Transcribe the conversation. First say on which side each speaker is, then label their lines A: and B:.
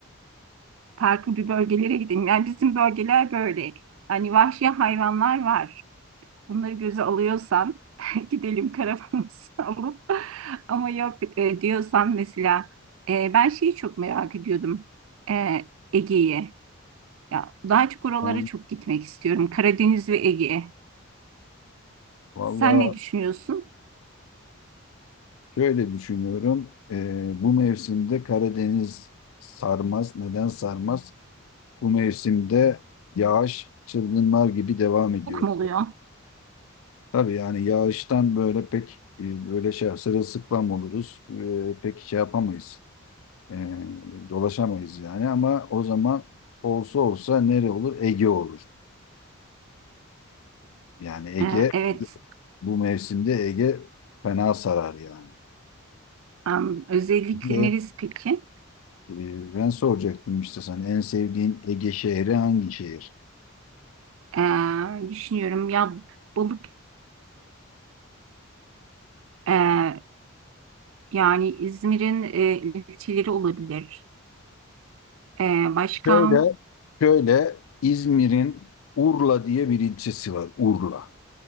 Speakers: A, on the right; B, on the left.
A: farklı bir bölgelere gidelim. Yani bizim bölgeler böyle. Hani vahşi hayvanlar var. Bunları göze alıyorsan <laughs> gidelim karavanımızı <laughs> alıp. Ama yok e, diyorsan mesela e, ben şeyi çok merak ediyordum. E, Ege'yi. Ya daha çok oralara
B: Ha,
A: çok gitmek istiyorum. Karadeniz ve Ege.
B: Vallahi
A: Sen ne düşünüyorsun?
B: şöyle düşünüyorum. Ee, bu mevsimde Karadeniz sarmaz. Neden sarmaz? Bu mevsimde yağış çılgınlar gibi devam ediyor.
A: Çok mu oluyor?
B: Tabii yani yağıştan böyle pek e, böyle şey sırılsıklam oluruz. Ee, pek şey yapamayız. Ee, dolaşamayız yani ama o zaman olsa olsa nere olur? Ege olur. Yani Ege
A: E, evet.
B: Bu mevsimde Ege fena sarar yani.
A: Em, özellikle
B: Ne?
A: neresi peki?
B: Ee, ben soracaktım işte sana en sevdiğin Ege şehri hangi şehir?
A: Em, düşünüyorum ya balık e, yani İzmir'in e, ilçeleri olabilir. E, başka
B: Şöyle, şöyle İzmir'in Urla diye bir ilçesi var. Urla.